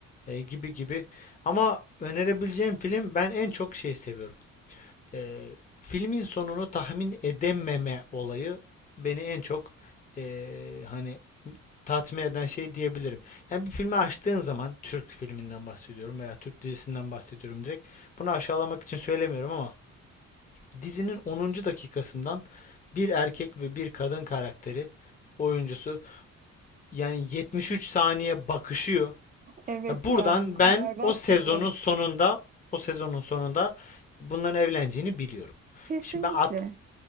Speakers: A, on the left (about 25°); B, on the right (about 30°).
A: e, gibi gibi. Ama önerebileceğim film ben en çok şey seviyorum. Eee, filmin sonunu tahmin edememe olayı beni en çok eee, hani tatmin eden şey diyebilirim. Yani bir filmi açtığın zaman Türk filminden bahsediyorum veya Türk dizisinden bahsediyorum direkt. Bunu aşağılamak için söylemiyorum ama dizinin onuncu dakikasından bir erkek ve bir kadın karakteri oyuncusu yani 73 saniye bakışıyor.
B: Evet
A: Ya buradan
B: ya,
A: ben
B: berbat
A: o sezonun
B: bir durum.
A: sonunda o sezonun sonunda bunların evleneceğini biliyorum.
B: Kesinlikle.
A: Şimdi ben